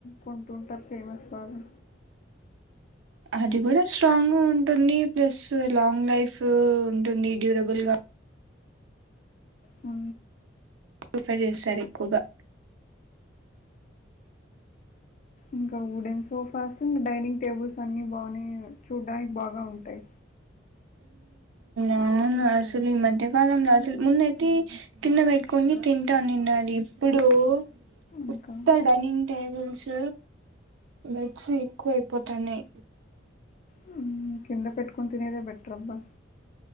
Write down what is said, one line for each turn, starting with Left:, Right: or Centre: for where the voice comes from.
Left: కొంటుంటారు ఫేమస్ బాగా
Right: అది కూడా స్ట్రాంగ్ గా ఉంటుంది ప్లస్ లాంగ్ లైఫ్ ఉంటుంది డ్యూరబుల్ గా
Left: ఆ
Right: ప్రిఫర్ చేస్తారు ఎక్కువగా
Left: ఇంకా వుడెన్ సోఫాస్ంకా డైనింగ్ టేబుల్స్ అన్ని బాగానే చూడడానికి బాగా ఉంటాయి
Right: అవునా అసలు ఈ మధ్యకాలంలోసలు ముందు అయితే కిన్న పెట్టుకొని తింటానున్నారు ఇప్పుడు
Left: ఇంకా
Right: ఉత్త డైనింగ్ టేబుల్స్ బెడ్స్ ఎక్కువ అయిపోతాన్నాయి
Left: హ్మ్ కింద పెట్టుకొని తినేదే బెటర్ అబ్బా